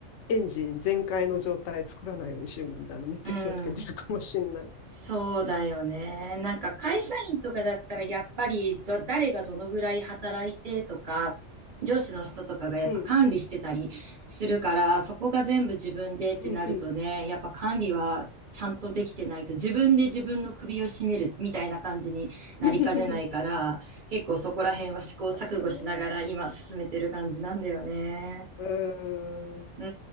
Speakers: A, on the left; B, on the right.
A: エンジン全開の状態作らないようにしようみたいなめっちゃ気をつけてるかもしんない。
B: うん。そうだよね。なんか会社員とかだったらやっぱりど、誰がどのぐらい働いてとか、上司の人とかがやっぱ管理してたりするから、
A: うん、
B: そこが全部自分でってなるとね、
A: うん、うん。
B: やっぱ管理はちゃんとできてないと自分で自分の首を絞めるみたいな感じになりかねないから、
A: <laughs>
B: 結構そこら辺は試行錯誤しながら今進めてる感じなんだよね。
A: 確かにね。うーん。
B: う